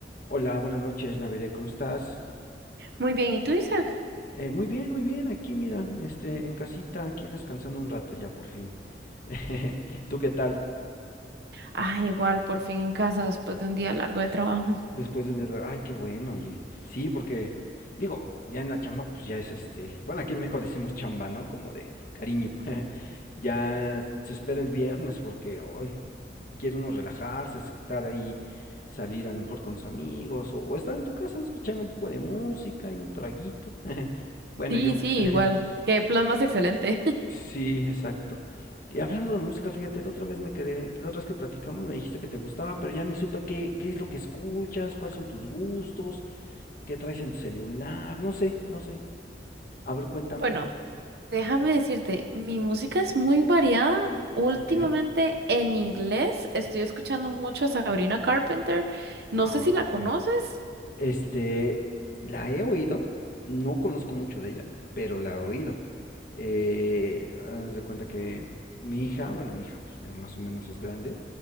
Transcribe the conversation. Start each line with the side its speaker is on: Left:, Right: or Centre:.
Left: Hola, buenas noches, Navire, ¿cómo estás?
Right: Muy bien, ¿y tú, Isaac?
Left: Eh, muy bien, muy bien, aquí mira, este, en casita, aquí descansando un rato ya por fin. <laughs> ¿Tú qué tal?
Right: Ah, igual, por fin en casa después de un día largo de trabajo. <laughs>
Left: Después de un día, ay, qué bueno, oye. Sí, porque, digo, ya en la chamba, pues ya es este, bueno, aquí en México le decimos chamba, ¿no? Como de cariño. <laughs> Ya se espera el viernes porque hoy quiere uno relajarse, estar ahí, salir a lo mejor con los amigos o, o estar en tu casa escuchando un poco de música y un traguito. <laughs> Bueno,
Right: Sí,
Left: yo.
Right: sí,
Left: <laughs>
Right: igual. Qué plan más excelente. <laughs>
Left: Sí, exacto. Y hablando de música, fíjate, la otra vez me quedé, la otra vez que platicamos me dijiste que te gustaba, pero ya ni supe qué, qué es lo que escuchas, cuáles son tus gustos, qué traes en tu celular, no sé, no sé. A ver, cuéntame.
Right: Bueno, déjame decirte, mi música es muy variada. Últimamente
Left: Ok.
Right: en inglés estoy escuchando mucho a Sabrina Carpenter. No
Left: Ah,
Right: sé si la
Left: ok.
Right: conoces.
Left: Este, la he oído, no conozco mucho de ella, pero la he oído. Eh, haz de cuenta que mi hija, bueno, mi hija pues, ya más o menos es grande,